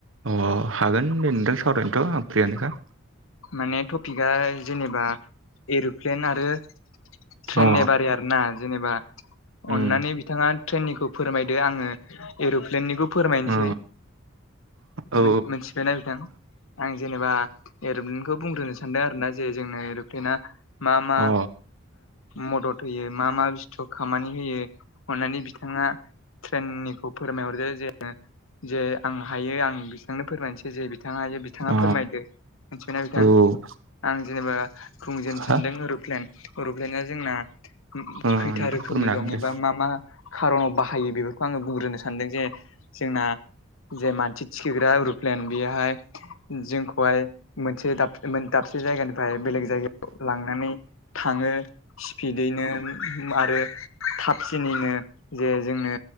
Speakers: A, on the right; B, on the left.
A: अ हागोन दे नोंथां सावरायनोथ' आं फ्रियानोखा
B: माने टपिकआ जेनेबा एर'प्लेन आरो ट्रेननि
A: अ
B: बारै आरो ना जेनेबा
A: उम
B: अननानै बिथाङा ट्रेननिखौ फोरमायदो आङो एर'प्लेननिखौ फोरमायनोसै
A: अ औ
B: मिथिबाय नायबिदों आं जेनेबा एर'प्लेनखौ बुंग्रोनो सानदों आरो ना जे जोंना एर'प्लना मा मा
A: औ
B: मदद होयो मा मा बुस्थु खामानि होयो अन्नानै बिथाङा ट्रेननिखौ फोरमायहरदो जे जे आं हायो आं बिथांनो फोरमायनोसै जे बिथाङा हायो बिथाङा
A: अ
B: फोरमायदो मिथिना
A: औ
B: आं जेनेबा बुंजेननो सानदों
A: हा
B: एर'प्लेन एर'प्लेनना जोंना
A: ओ
B: खैथा
A: नोंथां
B: रोखोमनि
A: फोरमायनो
B: दं
A: हागोन दे
B: एबा मा मा खार'नाव बाहायो बेफोरखौ आङो बुंग्रोनो सानदों जे जोंना जे मानसि थिखग्रा ररुप्लेन बेहाय जोंखौहाय मोनसे द दाबसे जायगानिफ्राय बेलेग जायगायाव लांनानै थाङो स्पिदैनो आरो थाबसिनैनो जे जोंनो